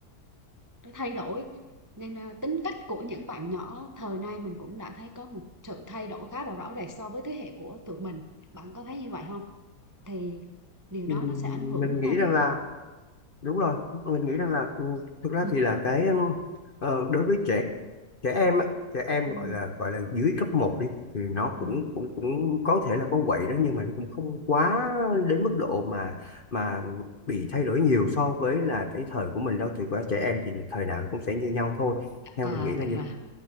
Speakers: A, on the right (about 15°); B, on the left (about 35°).
A: nó thay đổi nên à, tính cách của những bạn nhỏ thời nay mình cũng đã thấy có một sự thay đổi khá là rõ rệt so với thế hệ của tụi mình bạn có thấy như vậy không thì điều
B: Ừ,
A: đó nó sẽ ảnh hưởng
B: mình
A: đúng
B: nghĩ
A: không
B: rằng là đúng rồi mình nghĩ rằng là ừ, thực ra
A: ừ
B: thì là cái ờ, đối với trẻ trẻ em á, trẻ em
A: ừ
B: gọi là gọi là dưới cấp một đi thì nó
A: ừ
B: cũng cũng cũng có thể là con quậy đó nhưng mà nó cũng không quá đến mức độ mà mà bị thay đổi nhiều so với là cái thời của mình đâu thì qua trẻ em thì thời nào cũng sẽ như nhau thôi theo
A: À
B: mình nghĩ
A: vậy
B: là như
A: hả?